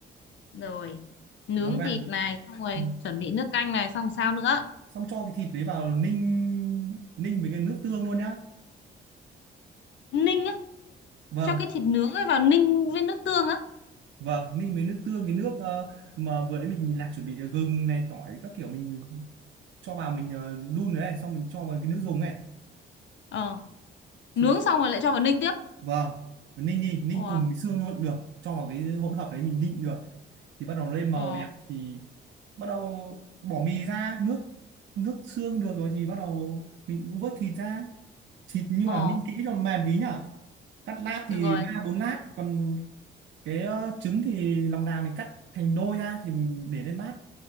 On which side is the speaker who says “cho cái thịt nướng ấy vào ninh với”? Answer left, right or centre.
Left